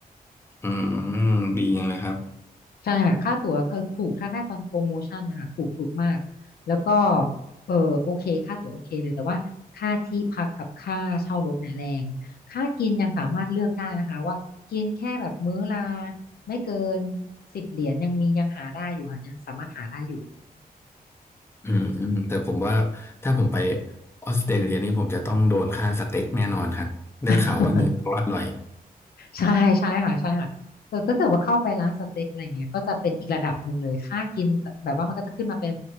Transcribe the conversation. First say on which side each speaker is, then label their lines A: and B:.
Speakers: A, on the left; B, on the left.
A: อืมดีจังเลยครับ
B: ใช่ค่ะค่าตั๋วคือถูกถ้าได้ตอนโปรโมชั่นนะคะถูกถูกมากแล้วก็เออโอเคค่าตั๋วโอเคเลยแต่ว่าค่าที่พักกับค่าเช่ารถเนี่ยแรงค่ากินยังสามารถเลือกได้นะคะว่ากินแค่แบบมื้อละไม่เกินสิบเหรียญยังมียังหาได้อยู่ค่ะยังสามารถหาได้อยู่
A: อืมอืมแต่ผมว่าถ้าผมไปออสเตรเลียนี่ผมจะต้องโดนค่าสเต็กแน่นอนครับ ได้ข่าวว่าเนื้อเขาอร่อย
B: <laughs> ใช่ใช่ค่ะใช่ค่ะแต่ถ้าเกิดว่าเข้าไปร้านสเต็กอะไรเงี้ยก็จะเป็นอีกระดับหนึ่งเลยค่ากินแบบว่ามันก็จะขึ้นมาเป็น